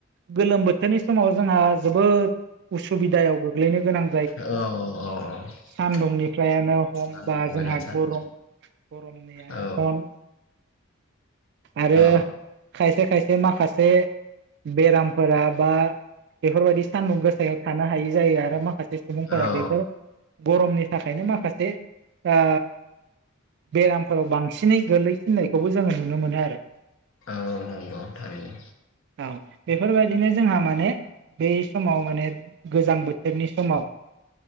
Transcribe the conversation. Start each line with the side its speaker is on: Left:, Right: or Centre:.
Right: गोलोम बोथोरनि समाव जोंहा जोबोद उसुबिदायाव गोग्लैनो गोनां
Left: औ औ औ।
Right: सान्दुंनिफ्रायानो हम
Left: सान्दुं
Right: बा
Left: बिराद
Right: जोंहा
Left: सान्दुं
Right: गरम रनदैयानो
Left: औ
Right: हन आरो
Left: औ
Right: खायसे खायसे माखासे बेरामफोरा बा बेफोरबायदि सान्दुं गोसायाव थानो हायि जायो आरो माखासे सुबुंफोरा
Left: औ
Right: बेफोर गरमनि थाखायनो माखासे आ बेरामफोराव बांसिनै गोलै फिननायखौबो जोंङो नुनो मोनो आरो।
Left: औ नंगौ थारैनो।
Right: औ बेफोरबायदिनो जोंहा माने बै समाव माने गोजां बोथोरनि समाव